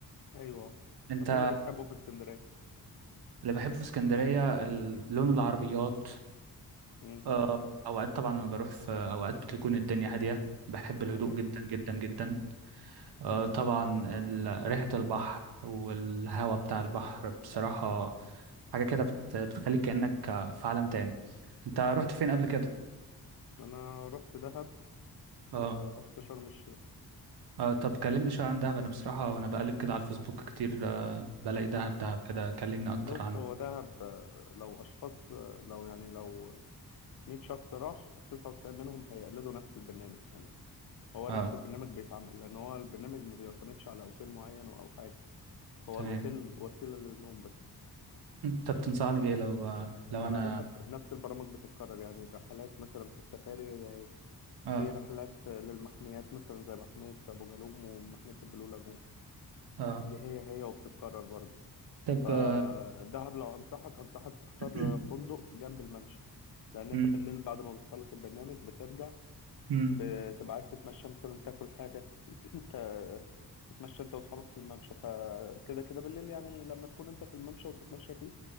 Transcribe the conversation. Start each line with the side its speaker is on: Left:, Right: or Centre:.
Left: ايوه
Right: أنت
Left: طب ايه اللي بتحبه في اسكندرية
Right: اللي بحبه في اسكندرية ال- لون العربيات
Left: مم.
Right: آه، أوقات طبعا أنا بروح في أوقات بتكون الدنيا هادية بحب الهدوء
Left: تمام
Right: جدا جدا جدا آه، طبعا ال- ريحة البحر والهواء بتاع البحر بصراحة حاجة كده بت- بتخليك كأنك في عالم تاني أنت
Left: مم.
Right: رحت فين قبل كده؟
Left: انا رحت دهب ورحت
Right: اه
Left: شرم الشيخ
Right: آه طب كلمني شوية عن دهب أنا بصراحة وأنا بقلب كده على الفيسبوك كتير آه بلاقي دهب
Left: مم.
Right: دهب كده كلمني أكتر
Left: بص
Right: عن
Left: هو دهب آه، لو أشخاص آه، لو يعني لو 100 شخص راح 99 منهم هيقلدوا نفس البرنامج يعني هو
Right: اه
Left: نفس البرنامج بيتعمل لأن هو البرنامج ما بيعتمدش على أوتيل معين أو حاجة هو
Right: تمام
Left: الأوتيل وسيلة للنوم بس
Right: طب تنصحني بإيه لو آه لو
Left: إنما
Right: أنا
Left: دهب نفس البرامج بتتكرر يعني الرحلات مثلا في السفاري هي هي.
Right: اه
Left: في رحلات آه، للمحميات مثلا زي محمية أبو جالوم ومحمية البلو لاجون
Right: اه
Left: دي هي هي وبتتكرر برضه
Right: طب
Left: فدهب
Right: آه
Left: لو انصحك انصحك تختار
Right: <clears throat>
Left: فندق جنب الممشى لان انت
Right: مم،
Left: بالليل بعد ما بتخلص البرنامج بترجع
Right: مم،
Left: بتبقى عايز تتمشى مثلا تاكل حاجه <clears throat> ت- تتمشى انت واصحابك في الممشى فكده كده بالليل يعني لما تكون انت في الممشى وتتمشى فيه